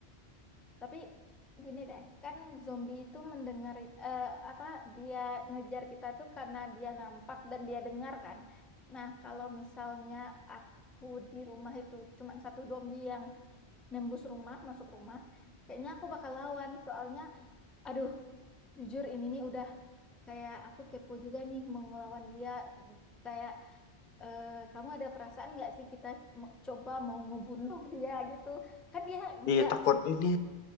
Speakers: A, in the centre; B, on the left.
A: Tapi gini deh, kan zombie itu mendengar eh, apa dia ngejar kita tuh karena dia nampak dan dia dengar kan. Nah, kalau misalnya aku di rumah itu cuman satu zombie yang nembus rumah, masuk rumah, kayaknya aku bakal lawan. Soalnya, aduh, jujur ini nih udah kayak aku kepo juga nih mau ngelawan dia. Kayak eh, kamu ada perasaan nggak sih kita mau- coba mau ngebunuh dia gitu? Kan dia nggak
B: Iya takut ini.